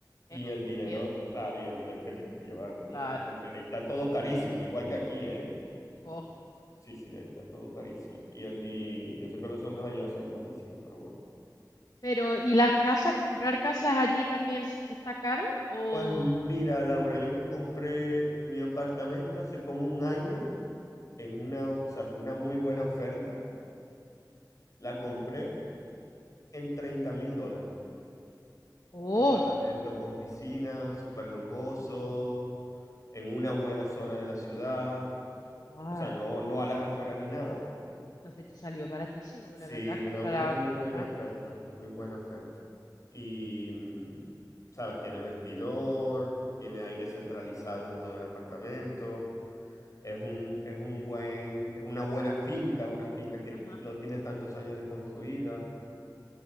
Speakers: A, on the left; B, on the left.
A: Y
B: en ochocientos
A: el dinero, claro, y el dinero que tienes que llevar, obviamente,
B: claro.
A: porque ahí está todo carísimo, igual que aquí, ¿eh?
B: Oh.
A: Sí, sí, ahí está todo carísimo. Y, el, y, y eso que los sueldos allá son bajísimos, pero bueno.
B: Pero, ¿y las casas? ¿Comprar casas allí también s- está caro? O...
A: Pues mira, Laura, yo me compré mi apartamento hace como un año en una, o sea, fue una muy buena oferta. La compré en treinta mil dólares.
B: Oh,
A: Apartamento con piscina, súper lujoso, en una buena zona de la ciudad.
B: guau,
A: O sea, no, no a las afueras ni nada.
B: Entonces te salió baratísimo,
A: Sí,
B: la verdad, comparado
A: una muy
B: con
A: buena
B: España,
A: oferta,
B: sí.
A: muy buena oferta. Y, mm, sabes, tiene vestidor, tiene aire centralizado en todo el apartamento. Es un, es un buen, es una buena finca, una finca que
B: Ajá.
A: no tiene tantos años de construida.